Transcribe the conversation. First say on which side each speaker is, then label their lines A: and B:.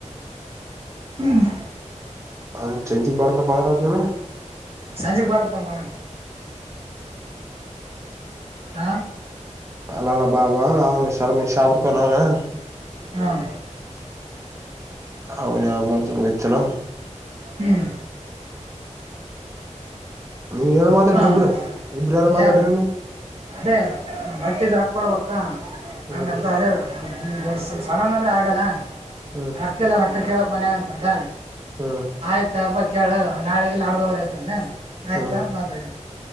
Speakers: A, on the right (about 50°); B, on the right (about 25°).
A: ಹ್ಮ್
B: ಅದ ಚೆಂಜಿಕ್ ಬರ್ತ ಬದ್ರ ಅದುನ
A: ಸಂಜೆೆಗೆ ಬರ್ತ ಮೇಡಮ್ ಹ
B: ಅಲ್ಲಲ್ಲ ಬಾಬಾ ನ ಶರ್ಮ ಶಪರ್ಕ ನ ಅವ
A: ಹಾಂ
B: ಅವರಿ ಯಾವ ಗಲ್ಲ
A: ಹ್ಮ್
B: ನೀವ ಏನೋ ಮಾತಾಡ್ರಿ
A: ಹಾಂ
B: ಇಬರು ಇಬ್್ರ ಏನೋ ಮಾತಾಡ್ರಿ
A: ಯಾರು
B: ನೀನು
A: ಅದೇ ಬಟ್ಟಿದ ರೊಕ್ಕ ಕೊಡ್ಬೇಕು
B: ಹ್ಮ್
A: ಹಂಗಂತ ಅದೇೋಸ ಅಂದು ಸಡನ್ ಅಂದರೆೆ ಆಗಲ್ಲ
B: ಹ್ಮ್
A: ರೊಕ್ಕ ಎಲ್ಲ ರೊಕ್ಕ ಕೇಳೋಕ್ ಮನ್ಯಾಗ ಅಂತಂದ
B: ಹ್ಮ್
A: ಆಯ್ತಪಾ ಕೇಳ ನಾಡಿಗೆಲ್ ಆಡ್ದವರ ಆಯತಾನ ಆಯ್ತಾ
B: ಹ್ಮ್
A: ಮಾತಾಡ